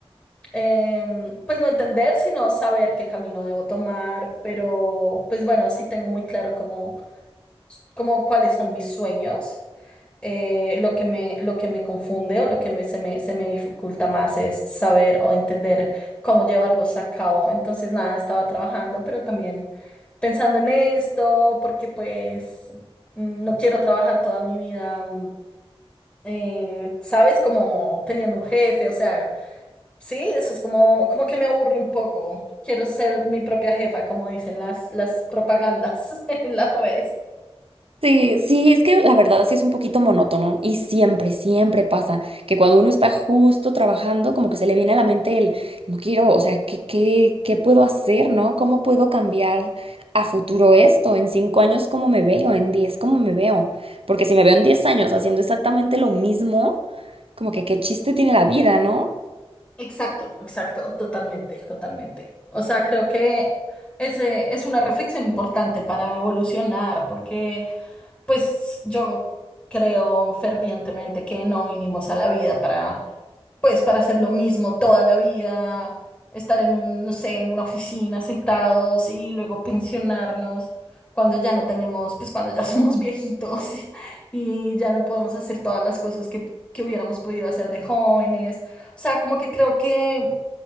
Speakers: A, on the left; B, on the right.
A: em, pues no entender, sino saber qué camino debo tomar, pero pues bueno, sí tengo muy claro cómo como cuáles son mis sueños. eh, lo que me, lo que me confunde o lo que me- se me, se me dificulta más es saber o entender cómo llevarlos a cabo. Entonces, nada, estaba trabajando, pero también pensando en esto, porque pues mm, no quiero trabajar toda mi vida, mm, eh, ¿sabes? Como teniendo un jefe, o sea, sí, eso es como, como que me aburre un poco. Quiero ser mi propia jefa, como dicen las, las propagandas <laughs> en las redes.
B: Sí, sí, es que la verdad sí es un poquito monótono y siempre, siempre pasa que cuando uno está justo trabajando, como que se le viene a la mente el, no quiero, o sea, ¿qué, qué, qué puedo hacer, no? ¿Cómo puedo cambiar a futuro esto? ¿En cinco años cómo me veo? ¿En diez cómo me veo? Porque si me veo en diez años haciendo exactamente lo mismo, como que qué chiste tiene la vida, ¿no?
A: Exacto. Exacto, totalmente, totalmente. O sea, creo que ese es una reflexión importante para evolucionar, porque pues yo creo fervientemente que no vinimos a la vida para pues para hacer lo mismo toda la vida, estar en un, no sé, en una oficina sentados y luego pensionarnos cuando ya no tenemos, pues cuando ya somos viejitos <laughs> y ya no podemos hacer todas las cosas que, que hubiéramos podido hacer de jóvenes. O sea, como que creo que,